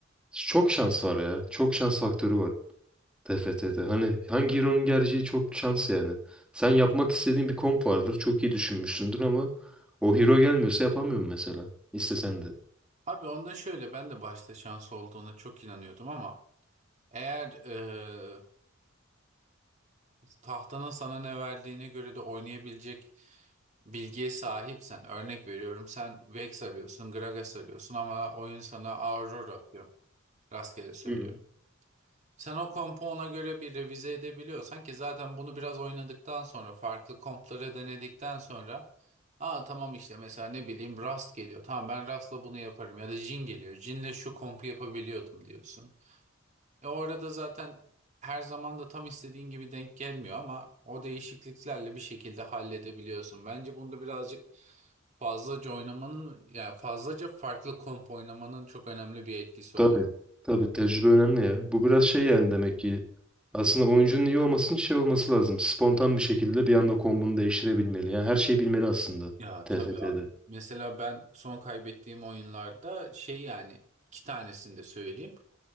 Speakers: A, in the centre; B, on the right.
A: Çok şans var ya. Çok şans faktörü var. TFT'de. Hani hangi hero'nun geleceği çok şans yani. Sen yapmak istediğin bir komp vardır. Çok iyi düşünmüşsündür ama o hero gelmiyorsa yapamıyorum mesela. İstesen de.
B: Abi onda şöyle ben de başta şans olduğuna çok inanıyordum ama eğer e, tahtanın sana ne verdiğine göre de oynayabilecek bilgiye sahipsen, örnek veriyorum sen Vex arıyorsun, Gragas arıyorsun ama oyun sana Aurora atıyor. Rastgele söylüyorum.
A: Hı.
B: Sen o kompu ona göre bir revize edebiliyorsan ki zaten bunu biraz oynadıktan sonra farklı kompları denedikten sonra Aa tamam işte mesela ne bileyim Rust geliyor. Tamam ben Rust'la bunu yaparım ya da Jin geliyor. Jin'le şu kompu yapabiliyordum diyorsun. E o arada zaten her zaman da tam istediğin gibi denk gelmiyor ama o değişikliklerle bir şekilde halledebiliyorsun. Bence bunda birazcık fazlaca oynamanın yani fazlaca farklı komp oynamanın çok önemli bir etkisi
A: Tabii.
B: oluyor.
A: Tabii tecrübe önemli ya. Bu biraz şey yani demek ki aslında oyuncunun iyi olmasının şey olması lazım. Spontan bir şekilde bir anda kombunu değiştirebilmeli. Yani her şeyi bilmeli aslında
B: Ya
A: TFT'de.
B: tabii abi. Mesela ben son kaybettiğim oyunlarda şey yani iki tanesini de söyleyeyim.